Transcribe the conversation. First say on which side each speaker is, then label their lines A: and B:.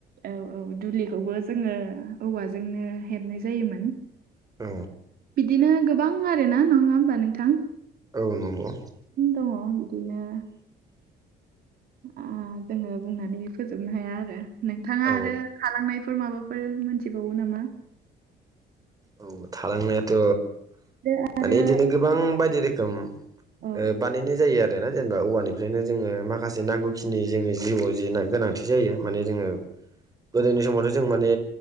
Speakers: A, on the right; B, on the right.
A: औ औ दुलिखौबो जोङो औवाजोंनो हेबनाय जायोमोन।
B: औ
A: बिदिनो गोबां आरोना नङा होमबा नोंथां
B: औ नंगौ
A: दङ बिदिनो आं जोङो बुंनानै फोजोबनो हाया आरो नोंथाङा
B: औ
A: आरो थालांनायफोर माबाफोर मोनथिबावो नामा
B: औ थालांनायाथ'
A: दो
B: माने
A: आरो
B: इदिनो गोबां बायदि रोखोम
A: औ
B: ओ बानायनो जायो आरोना जेनेबा औवानिफ्रायनो जोङो माखासे नांगौखिनि जोंनि जिउआव जि गोनांथि बि जायो माने जोङो गोदोनि समावथ' जों माने